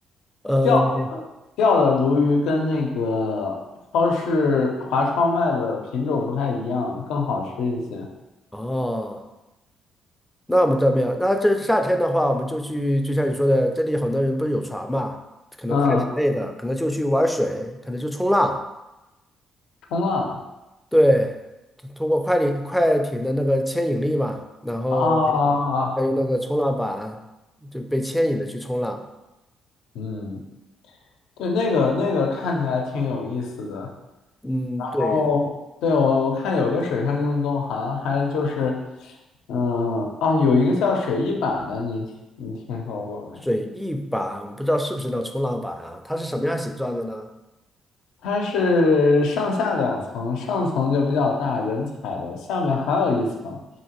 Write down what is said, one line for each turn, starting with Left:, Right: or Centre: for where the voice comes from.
Centre: 呃，
Left: 钓钓的鲈鱼跟那个超市华超卖的品种不太一样，更好吃一些。
Centre: 哦，那我们这边啊，那这夏天的话，我们就去，就像你说的，这里很多人不是有船嘛，可能快艇类的，
Left: 嗯，
Centre: 可能就去玩水，可能去冲浪，
Left: 冲浪。
Centre: 对，通过快艇快艇的那个牵引力嘛，然后
Left: 啊，
Centre: 再用那个冲浪板就被牵引的去冲浪。
Left: 嗯，对，那个那个看起来挺有意思的。
Centre: 嗯，
Left: 哦，
Centre: 对，
Left: 对，我我看有个水上运动，好像还就是，嗯，哦，有一个叫水翼板的，你听你听说过没？
Centre: 水翼板，我不知道是不是那种冲浪板啊？它是什么样形状的呢？
Left: 它是上下两层，上层就比较大，人踩的，下面还有一层，